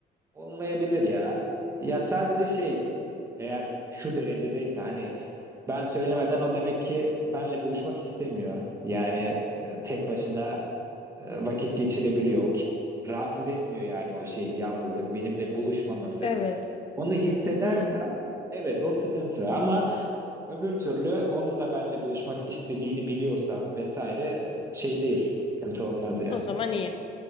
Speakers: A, on the right; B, on the left.
A: Olmayabilir ya. Ya sadece şey eğer şu derecedeyse hani ben söylemeden o demek ki benle buluşmak istemiyor. Yani e, tek başına e, vakit geçirebiliyor. Ki- Rahatsız etmiyor yani o şey yalnızlık benimle buluşmaması.
B: Evet.
A: Onu hissedersem
B: Hmm.
A: evet o sıkıntı ama öbür türlü onun da benimle buluşmak istediğini biliyorsam vesaire şey değil sıkıntı olmaz yani.
B: O zaman iyi.